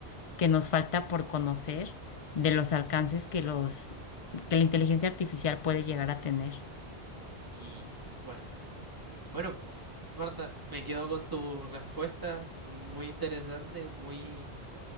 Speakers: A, on the left (about 45°); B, on the right (about 20°).
A: que nos falta por conocer de los alcances que los, que la inteligencia artificial puede llegar a tener.
B: Y bueno, bueno, Marta, me quedo con tu respuesta, muy interesante, muy